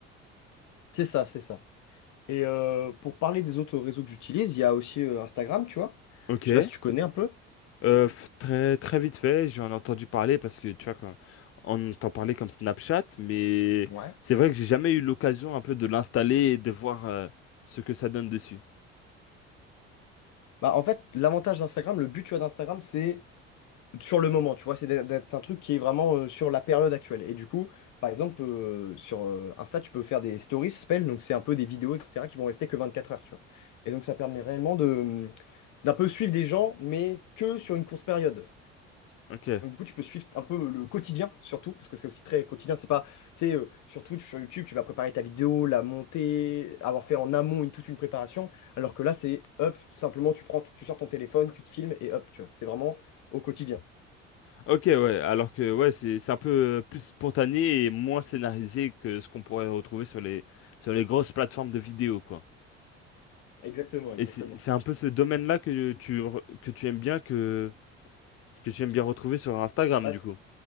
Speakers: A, on the left; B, on the left.
A: C'est ça, c'est ça. Et euh, pour parler des autres réseaux que j'utilise, il y a aussi euh, Instagram, tu vois.
B: Ok.
A: Je sais pas si tu connais un peu.
B: Euh, f- très très vite fait, j'en ai entendu parler parce que tu vois quand on t'en parlait comme Snapchat, mais
A: Ouais.
B: c'est vrai que j'ai jamais eu l'occasion un peu de l'installer et de voir euh, ce que ça donne dessus.
A: Bah, en fait, l'avantage d'Instagram, le but, tu vois, d'Instagram, c'est sur le moment, tu vois, c'est d'être d'être un truc qui est vraiment euh, sur la période actuelle. Et du coup, par exemple, euh, sur euh, Insta, tu peux faire des stories, ça s'appelle, donc c'est un peu des vidéos, etc., qui vont rester que 24 heures, tu vois. Et donc, ça permet réellement de, hum, d'un peu suivre des gens, mais que sur une courte période.
B: Ok.
A: Donc, du coup, tu peux suivre un peu euh, le quotidien, surtout, parce que c'est aussi très quotidien. C'est pas, tu sais, euh, sur Twitch, sur YouTube, tu vas préparer ta vidéo, la monter, avoir fait en amont une, toute une préparation, alors que là, c'est hop, simplement, tu prends, tu sors ton téléphone, tu te filmes et hop, tu vois, c'est vraiment au quotidien.
B: Ok, ouais, alors que ouais, c'est c'est un peu euh, plus spontané et moins scénarisé que ce qu'on pourrait retrouver sur les sur les grosses plateformes de vidéo, quoi.
A: Exactement, exactement.
B: Et c'est c'est un peu ce domaine-là que tu re- que tu aimes bien que que j'aime bien retrouver sur Instagram,
A: Bah,
B: du coup.